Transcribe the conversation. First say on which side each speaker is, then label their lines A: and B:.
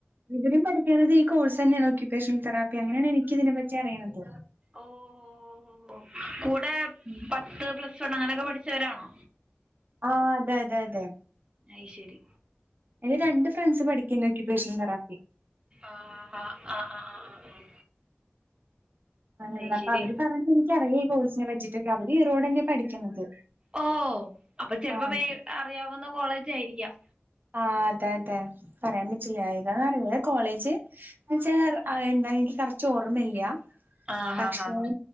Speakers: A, on the right; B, on the right.
A: ഇവരും പഠിക്കണത് ഈ കോഴ്സ് ന്നെയാണ് ഓക്യുപ്പേഷണൽ തെറാപ്പി അങ്ങനെയാണ് എനിക്ക് ഇതിനെ പറ്റി അറിയണത്
B: ഓഹ് ഓ ഓ ഓ കൂടെ
A: <inaudible>
B: പത്ത് പ്ലസ് വൺ അങ്ങനെയൊക്കെ പഠിച്ചവരാണോ?
A: ആഹ് അതെ അതെ അതെ
B: അയ് ശരി
A: എന്റെ രണ്ട് ഫ്രണ്ട്സ് പഠിക്കണ്ട് ഒക്യുപ്പേഷൻ തെറാപ്പി
B: ആഹ് ആഹ് ആഹ് ആഹ് ആഹ്
A: അങ്ങനെയ
B: അയ്ശരി
A: അപ്പൊ അവര് പറഞ്ഞ ക്കറിയാ ഈ കോഴ്സിനെ പറ്റിട്ടൊക്കെ അവര് ഇറോട് തന്നെ പഠിക്കുന്നത്
B: ഓ അപ്പൊ ചെലപ്പോ
A: ആഹ്
B: വെ അറിയാവുന്ന കോളേജ് ആയിരിക്കാം.
A: ആ അതെ അതെ പറയാൻ പറ്റില്ല ഏതാന്ന് അറിഞ്ഞല്ല കോളേജ് എന്ന വച്ചാൽ എന്താ എനിക്ക് കററ്റ് ഓർമ്മല്ല്യാ
B: ആഹ്
A: പക്ഷെ
B: ആഹ് ആഹ് ആഹ്